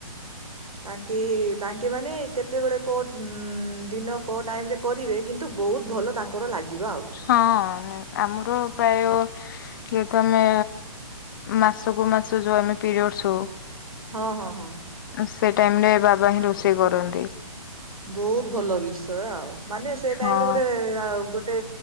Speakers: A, on the right; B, on the left.
A: ତାଙ୍କେ ତାଙ୍କେ ମାନେ କେତେବେଳେ କୋଉ ଉ ଦିନ କୋଉ ଟାଇମ ରେ କରିବେ କିନ୍ତୁ ବହୁତ୍ ଭଲ ତାଙ୍କର ଲାଗିବ ଆଉ।
B: ହଁ ଆମର ପ୍ରାୟ ଯେହେତୁ ଆମେ ମାସକୁୁ ମାସ ଯୋଉ ଆମେ ପିରିୟଡସ୍ ହଉ
A: ହଁ ହଁ ହଁ।
B: ସେ ଟାଇମ ରେ ବାବା ହିଁ ରୋଷେଇ କରନ୍ତି।
A: ବହୁତ ଭଲ ବିଷୟ ଆଉ ମାନେ ସେ
B: ହଁ
A: ଟାଇମରେ ଗୋଟେ ଗୋଟେ ଗୋଟେ